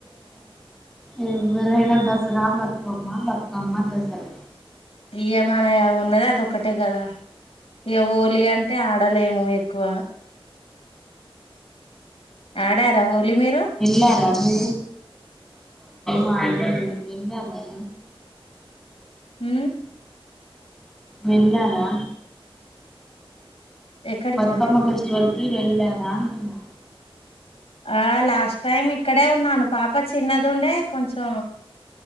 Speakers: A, in the centre; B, on the left.
A: ఎ్వర్వర ఎ బసరా పా మ్మ బకమ్మ దసరా
B: ఇయమనా ఉన్నదా అద ఒక్కటే కదా వోలి అంటే ఆడలేము ఎక్కువ ఆడార హోలీ మీరు
A: ఎలా రబు మాన్న అ
B: హ
A: వెళ్ళాలా
B: ఎక్కడికండి
A: బతుకమ్మ ఫెస్టివల్ కి వెళ్ళా వతున్నా
B: ఆ లాస్ట్ టైం ఇక్కడే ఉన్నాను పాప చిన్నది ఉండే కొంచెం